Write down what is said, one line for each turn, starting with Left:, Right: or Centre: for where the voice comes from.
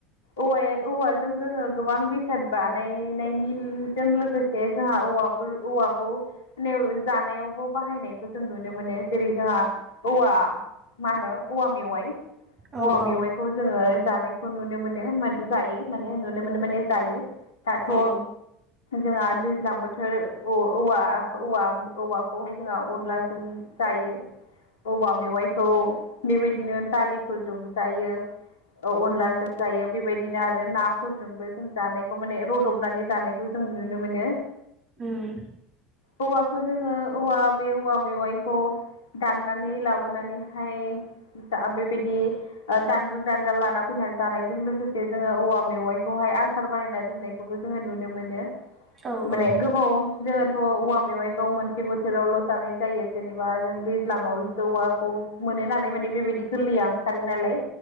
Left: औवा औवाजों जोङो गोबां बेसाद बानायनायनिजों लोगोसे जोंहा औवा औवाखौ। दि जानायावबो बाहायनायखौ जों नुनो मोनो जेरै जोंहा औवा। मा होनो औवा मेवाइ
Right: औ
Left: औवा
Right: औ
Left: मेवाइ खौ जोङो जानायखौ नुनो मोनो जायो माने नुनो मोनो माने जायो। दाथ'
Right: औ औ उम
Left: जोंहा दैज्लां बोथोर औवा औवा औवाखौहाय जोंहा अनलाजोंओ दायो औवा मेवाइखौ बेबादिनो दालिफोरजों जायो अनलाजों जायो बेबायदिनो आरो नाफोरजोंबो जों जानायखौ माने रुदबनानै जानायखौ जों नुनो मोनो।
Right: उम।
Left: औवाखौ जोङो औवा बे औवा मेवाइखौ दाननानै लाबोनानै ओमफाय दा बे बादि दानलु दानला लाना फैनानै जानायजों लोगोसे जोङो औवा मेवाइखौहायो आसार बानायना दोननायखौबो जोङो नुनो मोनो।
Right: औ
Left: माने
Right: उम
Left: गोबाव जोङोथ' औवा मेवाइखौ मोनसे बोथोरावल' जानाय जायो। जेनेबा जों दैज्लाङावल' जौवाखौबो मोनो नालाय माने बेबायदि गोरलैया ओंखारो नालाय